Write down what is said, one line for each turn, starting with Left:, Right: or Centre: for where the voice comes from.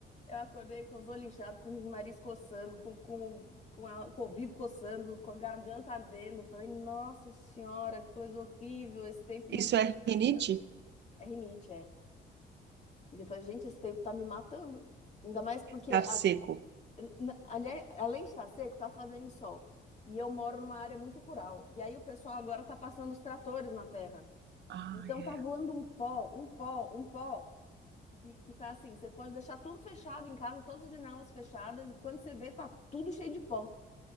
Left: Eu acordei com os olhos inchados, com o nariz coçando, com, com, com a- o ouvido coçando, com a garganta ardendo. Falei, nossa senhora, que coisa horrível, esse tempo
Right: Isso
Left: não tá
Right: é
Left: dando
Right: rinite?
Left: pra mim. É rinite, é. E eu falei, gente, esse tempo tá me matando. Ainda mais porque
Right: Tá
Left: a-
Right: seco.
Left: na- aliás, além de estar seco, tá fazendo sol. E eu moro numa área muito rural. E aí o pessoal agora tá passando os tratores na terra.
Right: Ah,
Left: Então
Right: é.
Left: tá voando um pó, um pó, um pó, que, que tá assim, você pode deixar tudo fechado em casa, todas as janelas fechadas, e quando você vê, tá tudo cheio de pó.